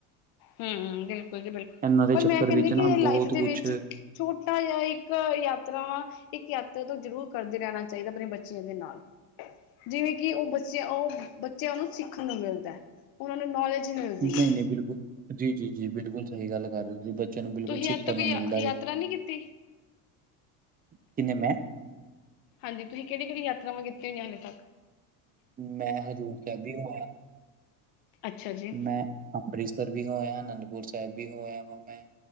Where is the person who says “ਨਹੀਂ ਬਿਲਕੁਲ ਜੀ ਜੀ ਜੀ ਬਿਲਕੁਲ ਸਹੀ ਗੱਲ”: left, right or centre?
Right